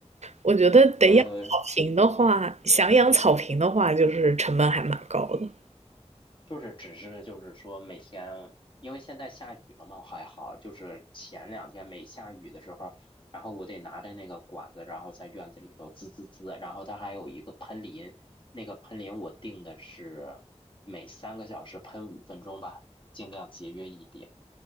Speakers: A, on the right; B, on the left.
A: 我觉得得养草坪的话，
B: 呃，
A: 想养草坪的话，就是成本还蛮高的。
B: 就是只是就是说每天，因为现在下雨了嘛，还好，就是前两天没下雨的时候，然后我得拿着那个管子，然后在院子里头滋滋滋，然后它还有一个喷淋，那个喷淋我定的是每三个小时喷五分钟吧，尽量节约一点。